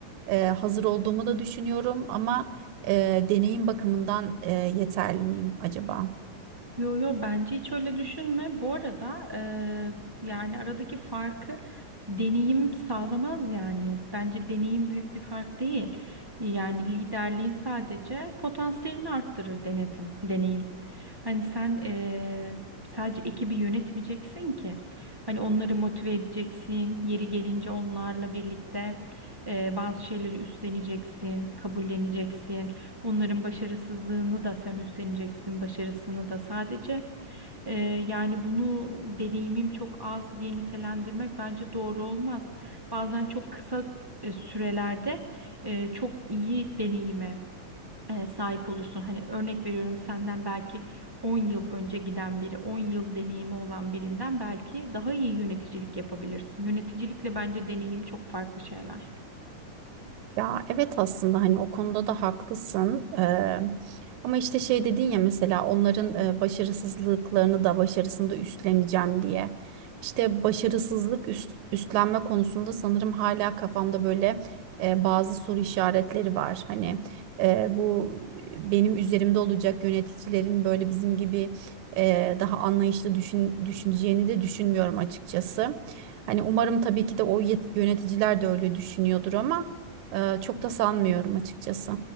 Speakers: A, on the right (about 75°); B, on the right (about 25°).
A: e, hazır olduğumu da düşünüyorum ama e, deneyim bakımından e, yeterli miyim acaba?
B: Yo yo bence hiç öyle düşünme. Bu arada eee, yani aradaki farkı deneyim sağlamaz yani. Bence deneyim büyük bir fark değil. Yani liderliğin sadece potansiyelini arttırır denetim, deneyim. Hani sen eee, sadece ekibi yönetmeyeceksin ki. Hani onları motive edeceksin. Yeri gelince onlarla birlikte eee, bazı şeyleri üstleneceksin, kabulleneceksin. Onların başarısızlığını da sen üstleneceksin, başarısını da sadece. e, yani bunu deneyimim çok az diye nitelendirmek bence doğru olmaz. Bazen çok kısa e, sürelerde e, çok iyi deneyime e, sahip olursun. Hani örnek veriyorum senden belki 10 yıl önce giden biri, 10 yıl deneyimi olan birinden belki daha iyi yöneticilik yapabilirsin. Yöneticilikle bence deneyim çok farklı şeyler.
A: Ya evet aslında hani o konuda da haklısın. Eee, ama işte şey dedin ya mesela onların e, başarısızlıklarını da başarısını da üstleneceğim diye. İşte başarısızlık üst- üstlenme konusunda sanırım hala kafamda böyle e, bazı soru işaretleri var. Hani e, bu benim üzerimde olacak yöneticilerin böyle bizim gibi e, daha anlayışlı düşün, düşüneceğini de düşünmüyorum açıkçası. Hani umarım tabii ki de o yet- yöneticiler de öyle düşünüyordur ama. Ee, çok da sanmıyorum açıkçası.